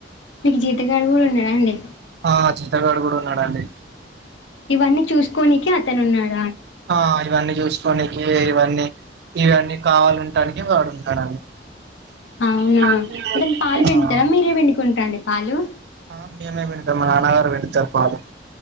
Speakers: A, on the left; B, on the right.
A: మీకు జీతగాడు కూడా ఉన్నడా అండి
B: ఆ జీతగాడు గూడా ఉన్నాడండి
A: ఇవన్నీ చూసుకోనినికి అతను ఉన్నాడు
B: ఆ అడు ఇవన్నీ చూస్ చూసుకోడానికి ఇవన్నీ ఇవన్నీ కావాలంటానికి వాడుంటాను అనీ
A: అవునా
B: <unintelligible>
A: అతను పాలు పిండుతాడా మీరే పిండుకుంటా అండి పాలు
B: మా నాన్న గారు వెళ్ళి చెప్పాలే